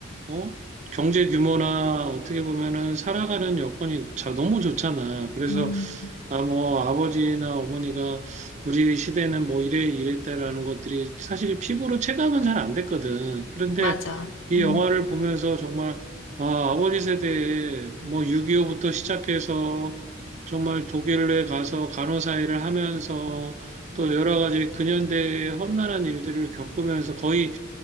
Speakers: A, on the right; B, on the left.
A: 어? 경제 규모나 어떻게 보면은 살아가는 여건이 자, 너무 좋잖아. 그래서
B: 음.
A: 아, 뭐, 아버지나 어머니가 우리 시대는 뭐 이래 이랬다라는 것들이 사실 피부로 체감은 잘 안 됐거든. 그런데
B: 맞아.
A: 이
B: 음.
A: 영화를 보면서 정말, 와, 아버지 세대에 뭐 6.25부터 시작해서 정말 독일에 가서 간호사 일을 하면서 또 여러 가지 근현대의 험난한 일들을 겪으면서 거의,